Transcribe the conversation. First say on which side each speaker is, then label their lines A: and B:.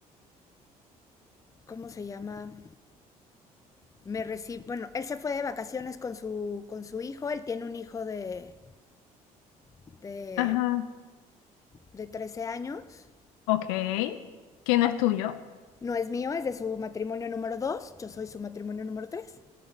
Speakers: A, on the left; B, on the left.
A: ¿cómo se llama? Me recibe, bueno, él se fue de vacaciones con su, con su hijo. Él tiene un hijo de, de,
B: ajá.
A: de 13 años.
B: Ok. Que no es tuyo.
A: No es mío, es de su matrimonio número 2. Yo soy su matrimonio número 3.